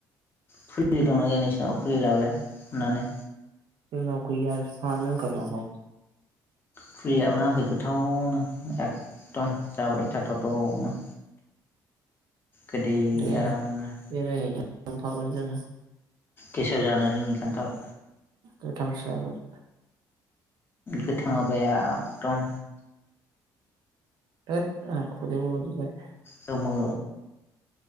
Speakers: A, on the left (about 30°); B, on the right (about 70°).
A: फुलि दंना गैया नोंसिनाव फुलि लाबोलाय अननानै।
B: जोंनाव गैया। बिफाङानो होनखायो माबा
A: फुलियाबनो आ फै गोथावनो ए। एदम जाबाय थाथाव'थाव'नो। गोदै
B: दे
A: आरामनो।
B: बेरायहैनो थांफागोन जों
A: गेसाव जानो रोङि खान्थाल।
B: गोथांसो जागोन
A: गोथाङाबाया एकदम।
B: थोद आं खुदै मलजोबाय।
A: जोमो।